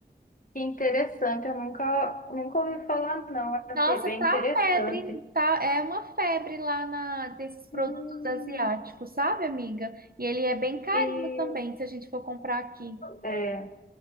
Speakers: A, on the left; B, on the right.
A: que interessante. Eu nunca, nunca ouvi falar, não. Achei
B: Nossa,
A: bem
B: tá
A: interessante.
B: febre, tá, é uma febre lá na desses produtos
A: Hum,
B: asiáticos, sabe, amiga? E ele é bem carinho
A: E
B: também, se a gente for comprar aqui.
A: é,